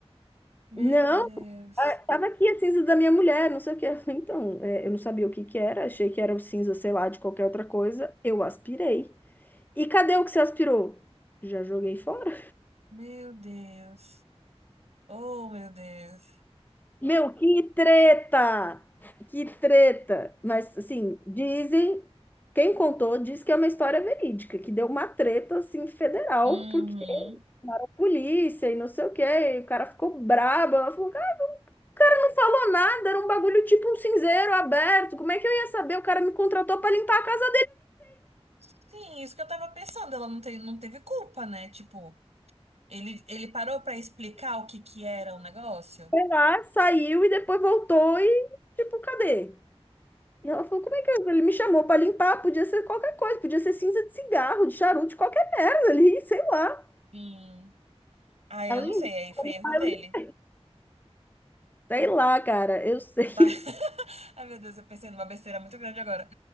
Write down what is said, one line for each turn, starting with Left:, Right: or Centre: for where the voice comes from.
Right: Meu
Left: Não.
Right: Deus.
Left: Ah, Tava aqui a cinza da minha mulher, não sei o que. Eu falei, Então, é, eu não sabia o que que era, achei que era o cinza, sei lá, de qualquer outra coisa. Eu aspirei. E cadê o que você aspirou? Já joguei fora.
Right: Meu Deus. Oh, meu Deus.
Left: Meu, que treta! Que treta! Mas, assim, dizem, quem contou diz que é uma história verídica, que deu uma treta, assim, federal,
Right: Uhum.
Left: porque a polícia e não sei o que e o cara ficou brabo. Ela falou, cara, não falou nada, era um bagulho tipo um cinzeiro aberto, como é que eu ia saber? O cara me contratou pra limpar a casa
Right: Sim, isso que eu tava pensando. Ela não tem, não teve culpa, né? Tipo, ele, ele parou pra explicar o que que era o negócio?
Left: Foi lá, saiu e depois voltou e, tipo, cadê? E ela falou, como é que é? Ele me chamou pra limpar, podia ser qualquer coisa, podia ser cinza de cigarro, de charuto, de qualquer merda ali, sei lá.
Right: Sim. Ah, eu
Left: Ela
Right: não
Left: limpou,
Right: sei. Aí foi
Left: eu limpar,
Right: erro dele.
Left: eu limpei. Sei lá, cara, eu sei.
Right: Vai... <laughs> Ai, meu Deus, eu pensei numa besteira muito grande agora.